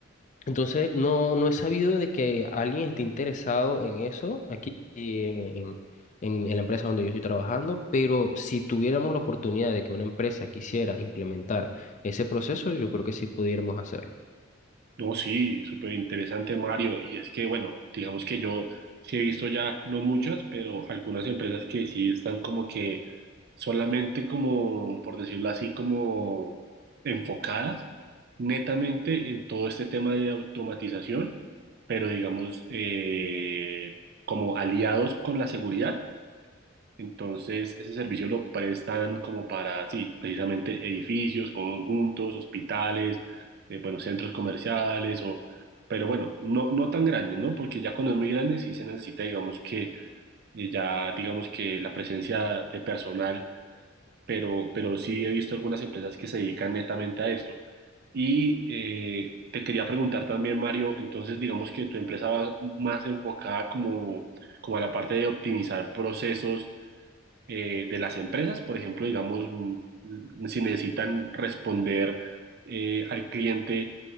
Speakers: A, on the left; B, on the right.
A: Entonces no, no he sabido de que alguien esté interesado en eso aquí en, en, en- en la empresa donde yo estoy trabajando, pero si tuviéramos la oportunidad de que una empresa quisiera implementar ese proceso, yo creo que sí pudiéramos hacerlo.
B: No, sí, súper interesante, Mario. Y es que, bueno, digamos que yo sí he visto ya, no muchas, pero algunas empresas que sí están como que solamente como, por decirlo así, como enfocadas netamente en todo este tema de automatización, pero digamos, eh, como aliados con la seguridad. Entonces, ese servicio lo prestan como para, sí, precisamente edificios, conjuntos, hospitales, eh, bueno, centros comerciales, o, pero bueno, no, no tan grandes, ¿no? Porque ya cuando es muy grande sí se necesita, digamos que eh, ya, digamos que la presencia de personal, pero, pero sí he visto algunas empresas que se dedican netamente a esto. Y eh, te quería preguntar también, Mario, entonces digamos que tu empresa va más enfocada como, como a la parte de optimizar procesos eh, de las empresas, por ejemplo, digamos, mm, si necesitan responder eh, al cliente,